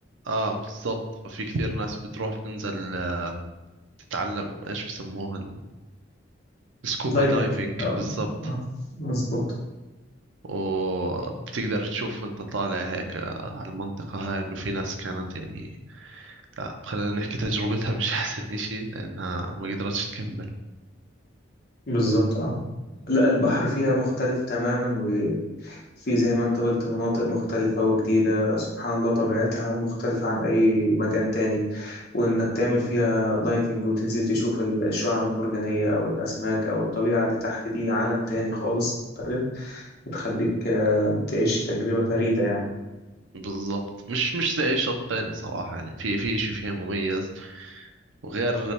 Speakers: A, on the right (about 75°); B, on the left (about 55°).
A: آه بالضبط ففي كثير ناس بتروح تنزل آه، تتعلم إيش بسموها السكوبا
B: دايفنج
A: دايفنج
B: اه
A: بالضبط
B: آه، مظبوط
A: وبتقدر تشوف انت طالع هيك على المنطقة هاي انه في ناس كانت يعني لا، خلينا نحكي تجربتها مش <laughs> احسن اشي لانها ما قدرتش تكمل
B: بالظبط اه لا البحر فيها مختلف تماما وفي زي ما انت قلت مناطق مختلفة وجديدة سبحان الله طبيعتها مختلفة عن أي مكان تاني وإنك تعمل فيها دايفنج وتنزل تشوف الشعاب المرجانية أو الأسماك أو الطبيعة اللي تحت دي عالم تاني خالص مختلف بتخليك آه، تعيش تجربة فريدة يعني
A: بالضبط مش مش زي اي شط تاني صراحة يعني في في اشي فيها مميز وغير